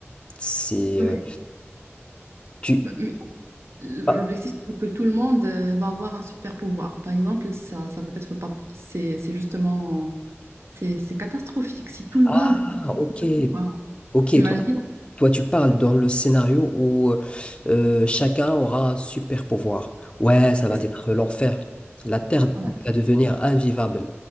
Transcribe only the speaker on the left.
C'est,
euh,
tu.
Ah,
ah,
ok,
ok.
Toi, tu parles dans le scénario où euh, euh, chacun aura un super pouvoir. Ouais, ça va
être l'enfer. La Terre
va devenir invivable.